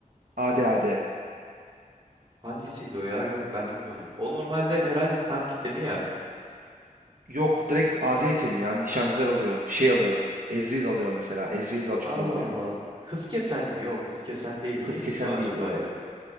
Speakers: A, on the right; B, on the right.
A: AD AD.
B: Hangisiydi o ya? Yok ben bilmiyorum. O normalde herhalde tank itemi ya.
A: Yok direkt AD itemi ya. Nişancılar alıyor. Şey alıyor. Ezreal alıyor mesela. Ezreal daha çok
B: Allah
A: alınıyor.
B: Allah. Hız kesen mi? Yok hız kesen değil. Neydi
A: Hız kesen
B: ki o acaba
A: değil yok.
B: ya?